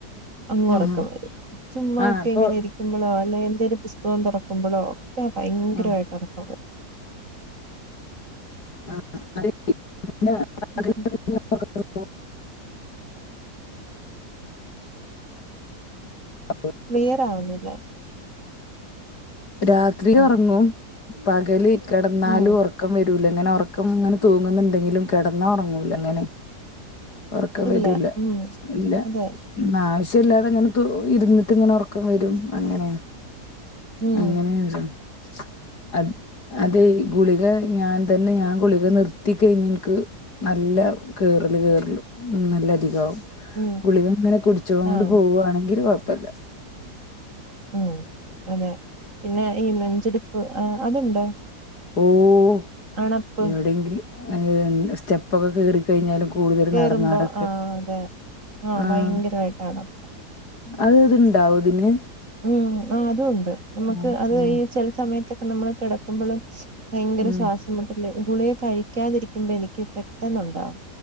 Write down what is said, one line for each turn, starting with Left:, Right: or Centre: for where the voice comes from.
Right: അങ്ങ് ഒറക്കം
Left: ആഹ്
Right: വരും ചുമ്മാ
Left: ആഹ്
Right: ഒക്കെങ്ങനെ
Left: അപ്പൊ
Right: ഇരി കുമ്പളോ അല്ലെ എന്തെലും പുസ്തകം തുറക്കുമ്പഴോ ഒക്കെ ഭയങ്കരമായിട്ട്
Left: ആഹ്
Right: ഉറക്കം വരും.
Left: <inaudible>
Right: വരും
Left: <inaudible>
Right: മിയറാവുന്നില്ലെ.
Left: രാത്രില്
Right: ഉം
Left: ഉറങ്ങും പകല് കിടന്നാലും
Right: ഉം
Left: ഉറക്കം വരു റ്റൂല്ല അങ്ങനെ ഉറക്കംങ്ങനെ തൂങ്ങ്ന്നുണ്ടെങ്കിലും കിടന്നാ ഉറങ്ങൂലങ്ങനെ. ഉറക്കം
Right: ഇല്ല
Left: വരൂല്ല
Right: ഉം
Left: ഇല്ല.
Right: അതെ
Left: ആവശ്യല്ലാതെങ്ങനെ തു ഇരുന്നിട്ട്ങ്ങനെ ഉറക്കം വരും അങ്ങനെയാ.
Right: ഉം
Left: അങ്ങനെയൊരുതാണ്. അ അതെയ് ഗുളിക ഞാൻ തന്നെ ഞാൻ ഗുളിക നിർത്തി കഴിഞ്ഞ ഇൻക്ക്. നല്ല കേറല് കേറ്ലു ഉം നല്ല അധികാവും.
Right: ഉം
Left: ഗുളികങ്ങനെ കുടിച്ചോണ്ട്
Right: ആഹ്
Left: പോവുവാണെങ്കിൽ കുഴപ്പല്ല.
Right: ഉം അതെ പിന്നെ ഈ നെഞ്ചടിപ്പ് അ അതുണ്ടോ.
Left: ഓഹ്
Right: അണപ്പ്
Left: എവിടെങ്കിലും ഏഹ് സ്റ്റെ പ്പൊക്കെ കെറിക്കഴിഞ്ഞാലു കൂടുതല്
Right: കേറുമ്പോ
Left: നടന്നാലൊക്കെ
Right: ആഹ് അതെ
Left: ആഹ്.
Right: ഭയങ്കരമായിട്ട് അണപ്പ്
Left: അത് ഇത്ണ്ടാവൊ ഇതിന്.
Right: ഉം ആ അതു ഉണ്ട് നമുക്ക്
Left: ഉം
Right: അത്
Left: ഉം
Right: ഈ ചില സമയത്തക്കെ നമ്മള് കിടക്കുമ്പളും. ഭയങ്കര
Left: ഉം
Right: ശ്വാസം മുട്ടല് ഗുളിക കഴിക്കാതിരിക്കുമ്പ എനിക്ക് പെട്ടെന്നുണ്ടാവും.